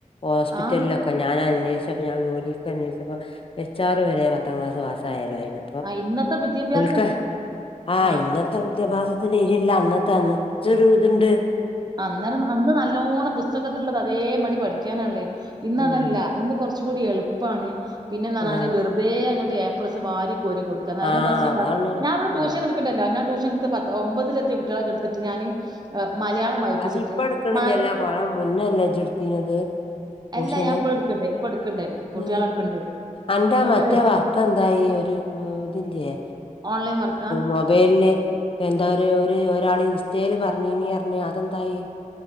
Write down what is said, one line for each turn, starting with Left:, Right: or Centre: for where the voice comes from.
Left: ഹോസ്പിറ്റലിലൊക്കെ
Right: ആ
Left: ഒക്കെ ഞാനന്വേഷിച്ചപ്പോ ഞാൻ ജോലിക്ക്‌ അന്വേഷിച്ചപ്പോ എച്ച് ആറ് വരെ പത്താം ക്ലാസ് പാസായാലോ അയ്ന്.
Right: ആഹ് ഇന്നത്തെ വിദ്യാഭ്യാസം
Left: ക്ക ആഹ്
Right: ആ
Left: ഇന്നത്തെ വിദ്യാഭ്യാസത്തിന്റെ ഇരില്ല അന്നത്തെ അന്ന് കൊറച്ചൊരു ഇത്ണ്ട്
Right: അന്നേരം അന്ന് നല്ലോണം പുസ്തകത്തിലുള്ളത് അതേ പടി പഠിക്കാനാള്ളേ ഇന്നതല്ല
Left: ആഹ്
Right: ഇന്ന്- കൊറച്ച് കൂടി എളുപ്പാണ് പിന്നെന്നറഞ്ഞാല്
Left: ആഹ്
Right: വെറുതെ അങ്ങട്ട് ഏ പ്ലസ് വാരി കോരി കൊടുക്കും ക്കാ നേരെ
Left: ആഹ്
Right: മറിച്ചീ
Left: അതാണ്
Right: പ ഞാവ്ടെ ട്യൂഷൻ
Left: ആഹ്
Right: എടുക്ക്- ക്ക്ണ്ടല്ലൊ ഞാൻ ട്യൂഷനെത് ഒമ്പതിലെത്തിയ കുട്ടികള്ക്കെടുത്തിട്ട് ഞാന് മലയാളം വായിപ്പിച്ചിട്ട്
Left: അത് ഇപ്പ എടുക്കണില്ലല്ലോ
Right: മല
Left: കൊറേ മുന്നല്ലേ ജ്ജ് എടുത്തീനത് ട്യൂഷന്
Right: അല്ല ഞാ ഇപ്പളു എടുക്കണ്ട് ഇപ്പൊ എടുക്കണ്ട് കുട്ടികാളെ
Left: ഏ
Right: എടുക്കണ്ട്
Left: അന്റെ
Right: ഇങ്ങോട്ട്
Left: മറ്റേ വർക്കെന്തായി ഒരു ഇതില്ല്യേ
Right: ഓൺലൈൻ വർക്കാ
Left: മൊബൈലില് എന്താര് ഒര് ഒരാള് ഇൻസ്റ്റേല് പറഞ്ഞീനി പറഞ്ഞ് അതെന്തായി